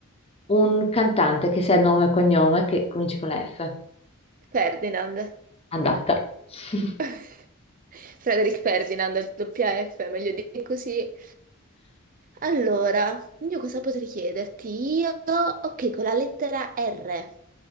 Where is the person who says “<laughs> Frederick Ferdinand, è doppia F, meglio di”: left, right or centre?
Right